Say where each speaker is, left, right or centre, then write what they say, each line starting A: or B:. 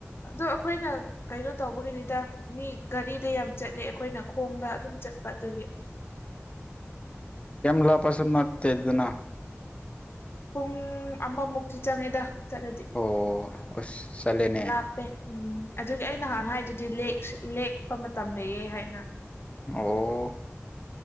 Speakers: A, on the left (about 50°); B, on the left (about 25°).
A: ꯑꯗ‌ꯣ ꯑꯩꯈꯣꯏꯅ ꯀꯩꯅꯣ ꯇꯧꯕꯒꯤꯅꯤꯗ ꯃꯤ ꯒꯥꯔꯤꯗ ꯌꯥꯝ ꯆꯠꯂꯦ ꯑꯩꯈꯣꯏꯅ ꯈꯣꯡꯗ ꯑꯗꯨꯝ ꯆꯠꯄ ꯑꯗꯨꯒꯤ
B: ꯌꯥꯝ ꯂꯥꯞꯄꯁꯨ ꯅꯠꯇꯦ ꯑꯗꯨꯅ
A: ꯄꯨꯡ ꯑꯃꯃꯨꯛꯇꯤ ꯆꯪꯉꯦꯗ ꯆꯠꯂꯗꯤ
B: ꯑꯣ ꯑꯁ ꯆꯠꯂꯦꯅꯦ
A: ꯂꯥꯞ ꯄ‌ꯦ ꯎꯝ ꯑꯗꯨꯒꯤ ꯑꯩ ꯅꯍꯥꯟꯅ ꯍꯥꯏꯗꯨꯗꯤ ꯂ‌ꯦꯛꯁ ꯂꯦꯛꯄ ꯃꯇꯝ ꯂꯩꯌꯦ ꯍꯥꯏꯅ
B: ꯑꯣ